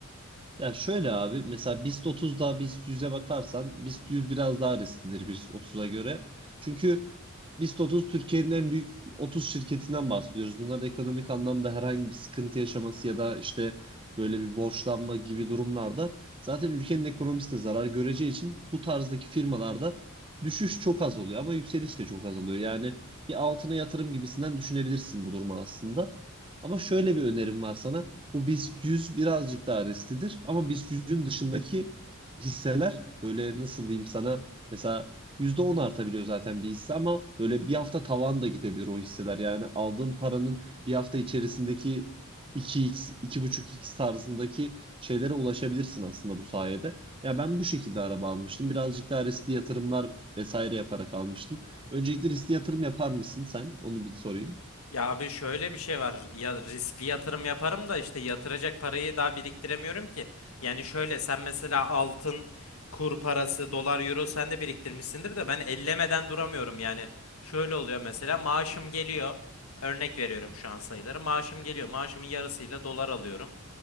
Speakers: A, on the right; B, on the left.
A: Ya şöyle abi mesela BIST 30'da BIST 100'e bakarsan BIST 100 biraz daha risklidir BIST 30'a göre. Çünkü BIST 30 Türkiye'nin en büyük 30 şirketinden bahsediyoruz. Bunların ekonomik anlamda herhangi bir sıkıntı yaşaması ya da işte böyle bir borçlanma gibi durumlarda zaten ülkenin ekonomisi de zarar göreceği için bu tarzdaki firmalarda düşüş çok az oluyor ama yükseliş de çok az oluyor. Yani bir altına yatırım gibisinden düşünebilirsin bu durumu aslında. Ama şöyle bir önerim var sana. Bu BIST 100 birazcık daha risklidir ama BIST yüzün dışındaki hisseler böyle nasıl diyeyim sana mesela %10 artabiliyor zaten bir hisse ama böyle bir hafta tavan da gidebilir o hisseler. Yani aldığın paranın bir hafta içerisindeki iki x 2,5x tarzındaki şeylere ulaşabilirsin aslında bu sayede. Ya ben bu şekilde araba almıştım. Birazcık daha riskli yatırımlar vesaire yaparak almıştım. Öncelikle riskli yatırım yapar mısın sen? Onu bir sorayım.
B: Ya abi şöyle bir şey var. Ya riskli yatırım yaparım da işte yatıracak parayı daha biriktiremiyorum ki. Yani şöyle sen mesela altın, kur parası, dolar, euro sen de biriktirmişsindir de ben ellemeden duramıyorum. Yani şöyle oluyor mesela maaşım geliyor. Örnek veriyorum şu an sayıları. Maaşım geliyor. Maaşımın yarısıyla dolar alıyorum.